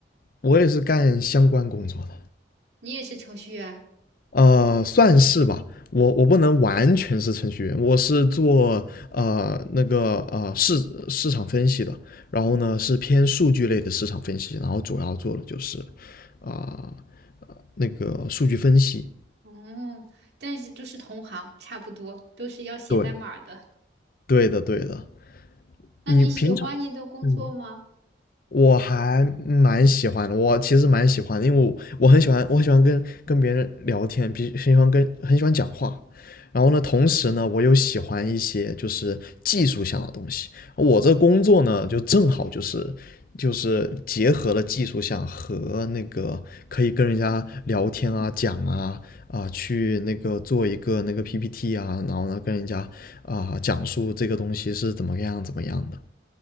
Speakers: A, on the left; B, on the right.
A: 我也是干相关工作的，
B: 你也是程序员，
A: 呃，算是吧。我我不能完全是程序员，我是做呃那个呃市市场分析的，然后呢是偏数据类的市场分析，然后主要做的就是啊、呃那个数据分析。
B: 哦，但是都是同行，差不多，都是要写代码的。
A: 对，对的对的，
B: 那你喜欢你的工作吗？
A: 你平常嗯我还蛮喜欢的，我其实蛮喜欢的因为我我很喜欢，我很喜欢跟跟别人聊天，比很喜欢跟很喜欢讲话。然后呢，同时呢，我又喜欢一些就是技术项的东西。我这工作呢，就正好就是就是结合了技术项和那个可以跟人家聊天啊、讲啊啊、呃去那个做一个那个 PPT 啊，然后呢跟人家啊、呃讲述这个东西是怎么样怎么样的。